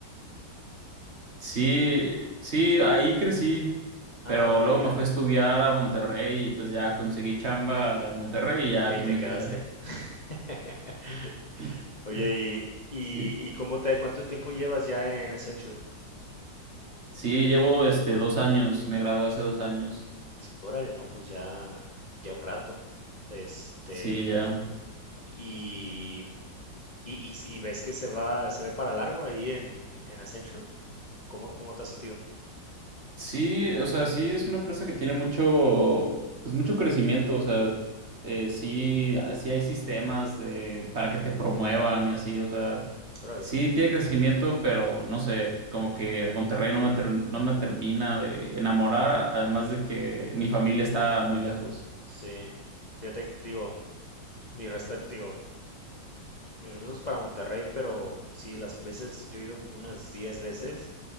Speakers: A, on the right; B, on the left.
A: Sí, sí, ahí crecí,
B: Ah,
A: pero luego
B: ya,
A: me fui a estudiar a Monterrey y pues ya conseguí chamba en Monterrey y ya
B: y
A: aquí
B: ahí te
A: me
B: quedaste.
A: quedé.
B: <laughs>
A: <laughs>
B: Oye, ¿y,
A: Sí,
B: y, y cómo te, cuánto tiempo llevas ya en Accenture?
A: sí, llevo este dos años, me gradué hace dos años.
B: Órale, no, pues ya, ya un rato. Este,
A: Sí, ya.
B: y, y, y- y ves que se va, se ve para largo ahí en, en Accenture. ¿Cómo, cómo te has sentido?
A: Sí, o sea, sí es una empresa que tiene mucho, pues mucho crecimiento, o sea, eh, sí, ah, sí hay sistemas de, para que te promuevan y así, o sea,
B: Órale.
A: sí tiene crecimiento, pero no sé, como que Monterrey no me, ter- no me termina de enamorar, además de que mi familia está muy lejos.
B: Sí. Fíjate, digo, mi respeto, digo, mis respetos para Monterrey, pero sí, las veces, yo he ido como unas 10 veces